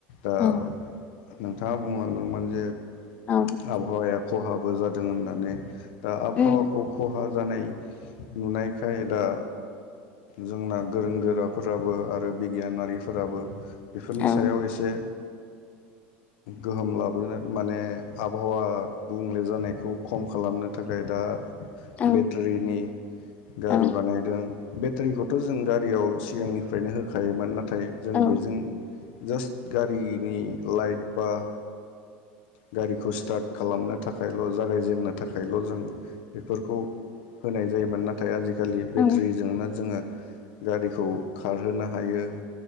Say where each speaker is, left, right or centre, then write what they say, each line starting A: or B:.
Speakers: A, on the left; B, on the left.
A: दा
B: औ
A: नोंथाङा बुंलांदोंमोन जे
B: औ
A: आबहावाया खहाबो जादों होननानै दा आबहावाखौ
B: उम
A: खहा जानाय नुनायखाय दा जोंना गोरों गोराफोराबो आरो बिगियानारिफोराबो बेफोरनि
B: औ
A: सायाव एसे गोहोम लाबोनो माने आबहावा गुबुंले जानायखौ खम खालामनो थाखाय दा
B: औ
A: बेटारिनि गारि
B: औ
A: बानायदों बेटारिखौथ' जों गारियाव सिगांनिफ्रायनो होखायोमोन नाथाय नाथाय जों
B: औ
A: बेजों जास्ट गारि लाइट बा गारिखौ स्टार्ट खालामनो थाखायल' जागायजेननो थाखायल' जों बेफोरखौ होनाय जायोमोन नाथाय आजि आजिखालि बेटारिजोंनो
B: औ
A: जोङो गारिखौ खारहोनो हायो।